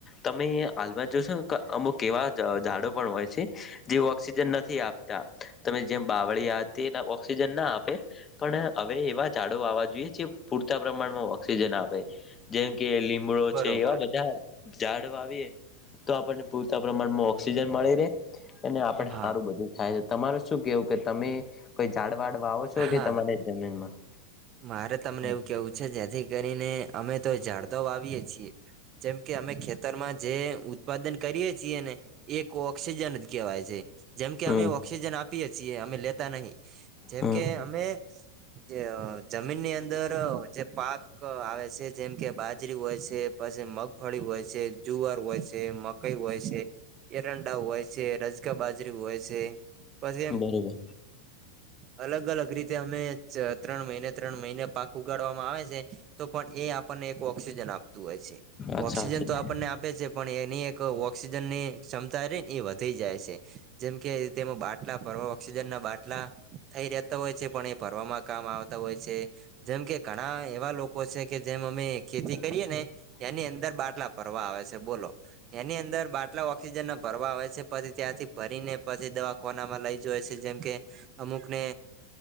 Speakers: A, on the left; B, on the right.
A: તમે હાલમાં જોશોને અ અમુક એવા જ ઝાડો પણ હોય છે. જે ઓક્સિજન નથી આપતા તમે જેમ બાવળીયા અતી એને ઓક્સિજન ના આપે પણ અવે એવા ઝાડો વાવા જોઈએ જે પૂરતા પ્રમાણમાં ઓક્સિજન આપે જેમ કે લીમડો
B: બરોબર
A: છે એવા બધા ઝાડ વાવીએ તો આપણને પૂરતા પ્રમાણમાં ઓક્સિજન મળી રે. અને આપણે
B: હા
A: હારું બધું થાય તમારે શું કેવું કે તમે કોઈ ઝાડ વાડ વાવો છો
B: હા
A: કે તમારી જમીનમાં
B: મારે તમને
A: હમ
B: એવું કેવું છે જેથી કરીને અમે તો ઝાડ તો વાવીએે છીએ જેમ કે અમે ખેત ખેતરમાં જે ઉત્પાદન કરીએ છીએ ને એક ઓક્સિજન જ કહેવાય છે. જેમકે
A: હમ
B: અમે ઓક્સિજન આપીએ છીએ અમે લેતા નહી જેમ
A: હમ
B: કે અમે જે અ જમીનની અંદર જે પાક ક આવે છે જેમ કે બાજરી હોય છે પછી મગફળી હોય છે જુવાર હોય છે મક કઈ હોય છે એરંડા હોય છે રજકા બાજરી હોય છે પછી એમ
A: બરોબર
B: અલગ અલગ રીતે અમે ચ ત્રણ મહિને ત્રણ મહિને પાક ઉગાડવામાં આવે છે. તો પણ એ આપણને એક ઓક્સિજન આપતું હોય છે
A: અચ્છા
B: ઓક્સિજન
A: અચ્છા
B: તો આપણને આપે છે. પણ એની એક ઓક્સિજન ની ક્ષમતા રી ઈ વધ તી જાય છે જેમ કે તેમાં બાટલા ભરો ઓક્સિજન ના બાટલા થઈ રહેતા હોય છે પણ એ ભરવામાં કામ આવતા હોય છે જેમ કે ઘણા એવા લોકો છે કે જેમ અમે ખેતી કરીએ ને એની અંદર બાટલા ભરવા આવે છે બોલો એની અંદર બાટલા ઓક્સિજનના ભરવા આવે છે પછી ત્યાંથી ભરી ને પછી દવાખોનામા લઈ જોય છે જેમ કે અમુકને